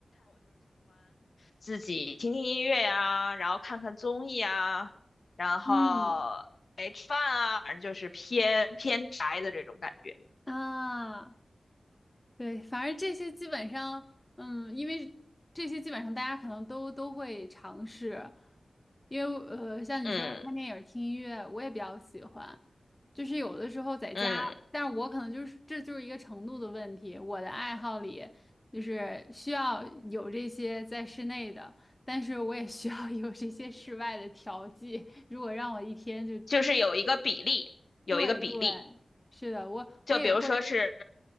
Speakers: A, on the left; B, on the left.
A: 自己听听音乐呀，然后看看综艺啊，然后哎吃饭啊，
B: 嗯
A: 反正就是偏偏宅的这种感觉。
B: 啊。对，反正这些基本上，嗯，因为这些基本上大家可能都都会尝试，因为呃，像你说的看电影、
A: 嗯
B: 听音乐，我也比较喜欢。就是有的时候在家，
A: 嗯，
B: 但是我可能就是这就是一个程度的问题。我的爱好里就是需要有这些在室内的，但是我也需要有这些室外的调剂。如果让我一天就，
A: 就是有一个比例，有一个比例，
B: 对对，是的，我我也会，
A: 就比如说是